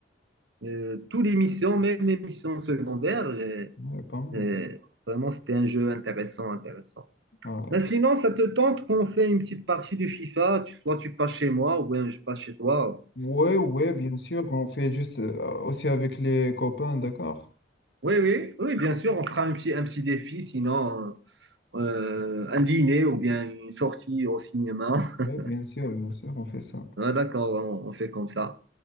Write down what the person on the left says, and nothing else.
ouais, pas mal.
Ouais.
Ouais, ouais, bien sûr, on fait juste euh, aussi avec les copains, d'accord?
Ouais, bien sûr, bien sûr, on fait ça.